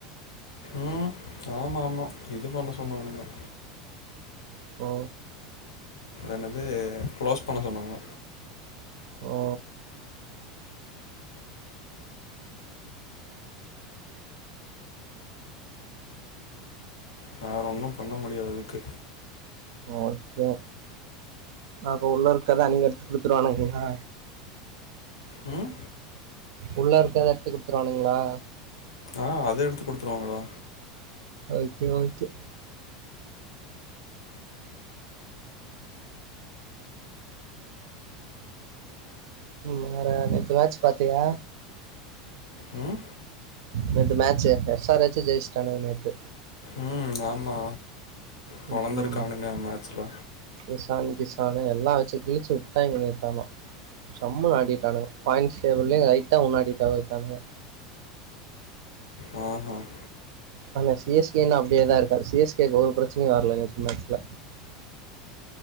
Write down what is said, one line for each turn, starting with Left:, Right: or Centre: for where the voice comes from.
Left: ம் ஆமாமா இது பண்ண சொன்னாங்க
Right: ஓ
Left: என்னது க்ளோஸ் பண்ண சொன்னாங்க
Right: ஓ
Left: வேற ஒன்னு பண்ண முடியாது அதுக்கு
Right: ஓகே அப்போ உள்ள இருக்கதா நீங்க எடுத்து குடுத்துருவானுங்களா
Left: ம்
Right: உள்ள இருக்கத எட்த்து குடுத்துருவானுங்களா
Left: ஆ அது எடுத்து குடுத்துருவாங்கடா
Right: ஓகே ஓகே வேற எனக்கு வாச் பாத்தியா
Left: ம்
Right: நேத்து மேச் ச்ச எஸ் ஆர் எச் ஜெய்ச்சிட்டானுக நேத்து
Left: ம் ஆமா பொளந்துருக்கானுங்க
Right: ம் ம்
Left: மேட்ச்ல
Right: எசான் பீஸ் ஆனா எல்லா வச்சு கிழிச்சு விட்டாங்க நேத்து ஆனா சம்முன் ஆடிட்டானுங்க பாய்ண்ட்ஸ் டேபிள்ளயு ரைட்டா முன்னாடி தாவிட்டானுங்க
Left: ம் ஹூம்
Right: ஆனா சி எஸ் கே இன்னு அப்டியேதா இருக்கா சி எஸ் கேகு ஒரு பிரச்சனையு‌ வரல நேத்து மேச்சுல